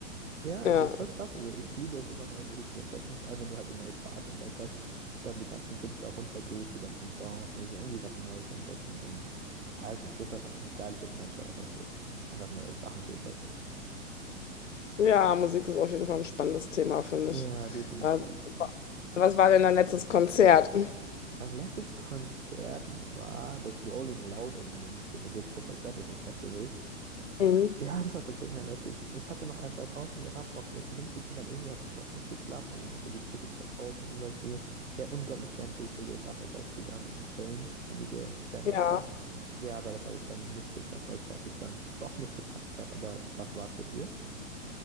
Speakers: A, on the right; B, on the left.
A: Ja,
B: ja
A: das ist voll krass. Also ich liebe es immer, neue Musik zu entdecken, vor allem wenn du halt eine neue Sparte entdeckt hast, dann die ganzen Künstler runtergehst, die ganzen Songs, das ist irgendwie was Neues entdecken und weiß nicht, das ist einfach ein geiles Adventure, einfach so, einfach neue Sachen zu entdecken.
B: Ja, Musik ist auf jeden Fall ein spannendes Thema, finde
A: Ja,
B: ich.
A: definitiv.
B: Also, was war denn dein letztes Konzert?
A: Mein letztes Konzert war das Rolling Loud in München. Das ist jetzt kein Konzert, das ist ein Festival.
B: Mhm.
A: Ja, das war tatsächlich mein letztes. Ich hatte noch ein, zwei Chancen gehabt, auf welche hinzugehen, aber irgendwie hat es doch nicht geklappt. Also musste die Tickets verkaufen. Zum Beispiel, ich wäre unglaublich gern zu Cigarettes After Sex gegangen in Köln, wenn du dir Band
B: Ja.
A: was sagt. Ja, aber das habe ich dann nicht geschafft, weil es zeitlich dann doch nicht gepackt hat. Aber was war es bei dir?